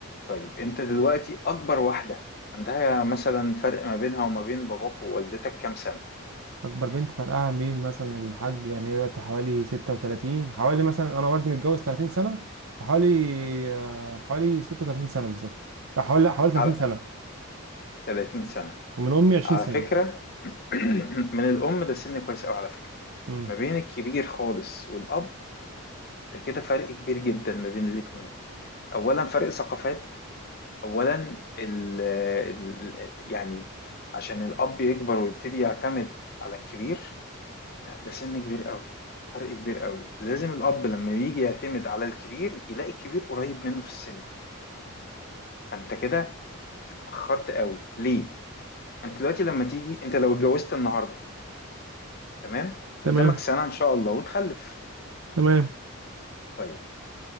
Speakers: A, on the left (about 45°); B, on the right (about 70°).
A: طيب انت دلوقتي اكبر واحدة عندها مثلا فرق ما بينها وما بين باباك ووالدتك كام سنة
B: اكبر بنت فرقها مين مثلا الحاج يعني هي دلوقتي حوالي 36 حوالي مثلا انا والدي متجوز 30 سنه فحوالي آه، حوالي 36 سنه بالظبط لا حوالي لا حوالي 30
A: على
B: سنه
A: 30 سنة
B: ومن امي 20
A: على
B: سنه
A: فكرة <clears throat> من الام ده سن كويس قوي على فكرة
B: امم
A: ما بين الكبير خالص والاب ده كده فرق كبير جدا ما بين الاتنين اولا فرق ثقافات اولا ال ال ال- يعني عشان الاب يكبر ويبتدي يعتمد على الكبير لا ده سن كبير قوي فرق كبير قوي لازم الاب لما بيجي يعتمد على الكبير يلاقي الكبير قريب منه في السن فانت كده اتاخرت قوي ليه انت دلوقتي لما تيجي انت لو اتجوزت النهارده تمام
B: تمام
A: قدامك سنه ان شاء الله وتخلف
B: تمام
A: طيب